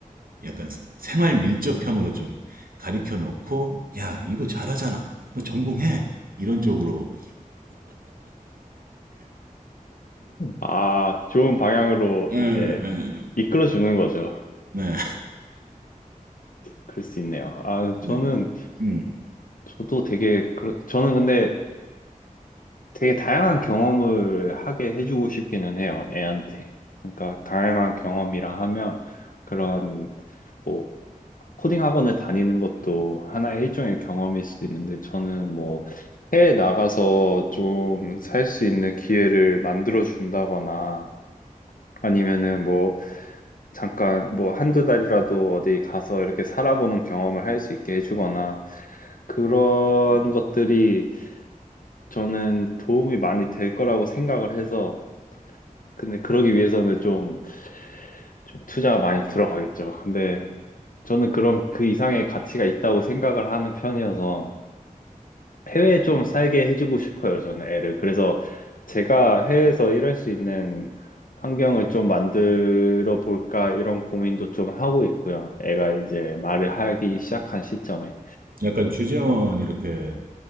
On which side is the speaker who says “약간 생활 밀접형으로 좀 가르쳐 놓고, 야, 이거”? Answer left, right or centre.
Right